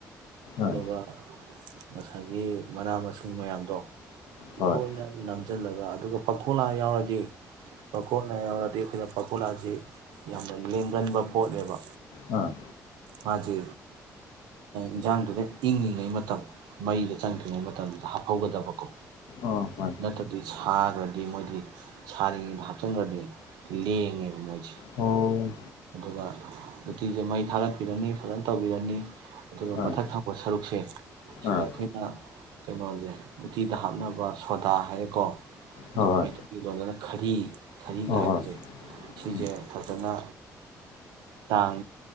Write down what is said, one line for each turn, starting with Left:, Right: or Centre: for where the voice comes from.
Right: ꯑꯗꯨꯒ
Left: ꯑꯥ
Right: ꯉꯁꯥꯏꯒꯤ ꯃꯅꯥ ꯃꯁꯤꯡ ꯃꯌꯥꯝꯗꯣ
Left: ꯍꯣꯏ
Right: ꯑꯣ ꯏ ꯅ ꯍꯥꯥꯆꯜꯂꯒ ꯑꯗꯨꯒ ꯄꯥꯈꯣꯂꯥ ꯌꯥꯎꯔꯗꯤ ꯄꯥꯈꯣꯂꯥ ꯌꯥꯎꯔꯗꯤ ꯑꯩꯈꯣꯏꯅ ꯄꯥꯈꯣꯂꯥꯁꯤ ꯌꯥꯝꯅ ꯂꯦꯡꯒꯟꯕ ꯄꯣꯠꯅꯦꯕ
Left: ꯑꯥ
Right: ꯃꯥꯁꯦ ꯏꯟꯖꯥꯡꯗꯨꯅ ꯏꯪꯉꯤꯉꯩ ꯃꯇꯝ ꯃꯩꯗ ꯆꯪꯗ꯭ꯔꯤꯉꯩ ꯃꯇꯝꯗ ꯍꯥꯞꯍꯧꯒꯗꯕꯀꯣ
Left: ꯑꯣ ꯃꯥꯅꯤ
Right: ꯅꯠꯇꯗꯤꯁ ꯁꯥꯈ꯭ꯔꯗꯤ ꯃꯣꯏꯗꯤ ꯁꯥꯔꯤꯉꯩꯗ ꯍꯥꯞꯆꯤꯟꯈ꯭ꯔꯗꯤ ꯂꯦꯡꯉꯦꯕ ꯃꯣꯏꯗꯤ
Left: ꯑꯣ
Right: ꯑꯗꯨꯒ ꯎꯇꯤꯁꯦ ꯃꯩ ꯊꯥꯒꯠꯄꯤꯔꯅꯤ ꯐꯖꯅ ꯇꯧꯕꯤꯔꯅꯤ ꯑꯗꯨꯒ
Left: ꯑꯥ
Right: ꯃꯊꯛ ꯊꯪꯄ ꯁꯔꯨꯛꯁꯦ ꯁꯤꯗ
Left: ꯑꯥ
Right: ꯑꯩꯈꯣꯏꯅ ꯀꯩꯅꯣꯁꯦ ꯎꯇꯤꯗ ꯍꯥꯞꯅꯕ ꯁꯣꯗꯥ ꯍꯥꯏꯌꯦꯀꯣ ꯑꯗꯨ
Left: ꯍꯣꯏ
Right: ꯃꯩ
Left: ꯍꯣꯏ
Right: ꯈꯔꯤ ꯈꯔꯤꯒ
Left: ꯍꯣꯏ
Right: ꯍꯥꯏꯕꯁꯦ
Left: ꯍꯣꯏ
Right: ꯁꯤꯁꯦ
Left: ꯎꯝ
Right: ꯐꯖꯅ ꯆꯥꯡ